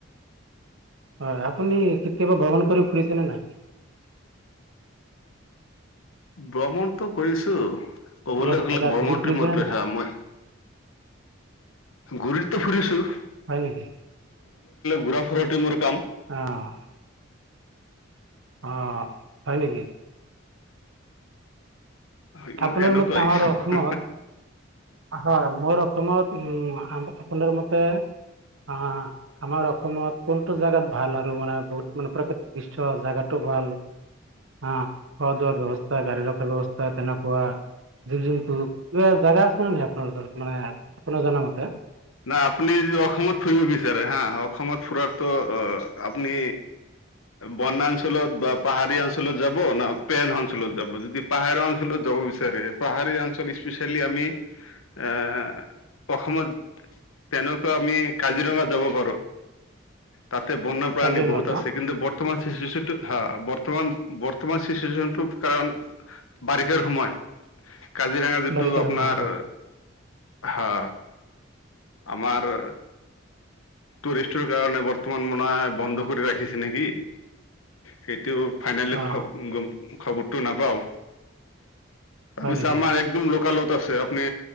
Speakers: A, on the right; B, on the left.
A: হয় আপুনি কেতিয়াবা ভ্ৰমণ কৰি ফুৰিছেনে নাই?
B: ভ্ৰমণটো কৰিছো কবলৈ
A: কোনোবা
B: গলে
A: জাগাত
B: ভ্ৰমণটো
A: ঘূৰি ফুৰিছে
B: মোৰ
A: নে
B: প্ৰেছা
A: নাই
B: মই ঘুৰিটো ফুৰিছো
A: হয় নেকি?
B: ঘোৰা ফুৰাটোৱে মোৰ কাম।
A: অহ অ হয় নেকি?
B: ইমান
A: আপোনাৰ
B: এনেকুৱাই
A: মতে আমাৰ অসমত হয় বৰ অসম অসমত উ আপোনাৰ মতে অ আমাৰ অসমত কোনটো জেগাত ভাল আৰু মানে বহুত মানে প্ৰাকৃতিক দৃশ্য জেগাতো ভাল হ খোৱা দোৱাৰ ব্যৱস্থা গাড়ী ৰখাৰ ব্যৱস্থা তেনে কোৱা যোনটো কিবা জেগা আছে নে কি আপোনাৰ ওচৰত মানে আপোনাৰ জনা মতে
B: নাই আপুনি যদি অসমত ফুৰিব বিচাৰে হা অসমত ফুৰাৰতো আপুনি বনাঞ্চলত বা পাহাৰীয়া অঞ্চলত যাব ন প্লেন অঞ্চলত যাব যদি পাহাৰীয়া অঞ্চলত যাব বিচাৰে পাহাৰীয়া অঞ্চলত স্পেচিয়েলি আমি এ অসমত তেনেকোৱা আমি কাজিৰঙা যাব পাৰো। তাতে বন্য
A: কাজিৰঙাত
B: প্ৰাণী বহুত
A: ন
B: আছে কিন্তু। তোমাৰ চিটুৱেশ্যনটো ভাল বৰ্তমান বৰ্তমান চিটুৱেশ্যনটো কাৰণ বাৰিষাৰ সময়
A: <inaudible>
B: কাজিৰঙা যিটো
A: বাৰিষাৰ
B: আপোনাৰ
A: সময় হয়
B: হ আমাৰ টুৰিষ্টৰ কাৰণে বৰ্তমান মানাই বন্ধ কৰি ৰাখিছে নেকি সেই টো ফাইনেল
A: অ
B: খবৰটো নাপাও।
A: হয়
B: পিছে
A: নেকি
B: আমাৰ একদিন লোকেল'ত আছে। আপুনি